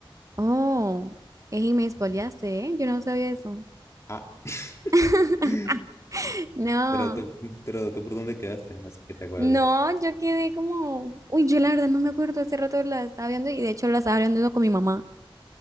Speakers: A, on the right; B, on the left.
A: Oh, ey, y me spoileaste, ¿eh? Yo no sabía eso.
B: Ah. <laughs>
A: <laughs> No,
B: Pero tú, pero tú por dónde quedaste, así que te acuerdas.
A: no, yo quedé como, uy, yo la verdad no me acuerdo, hace rato la estaba viendo y de hecho la estaba viendo con mi mamá.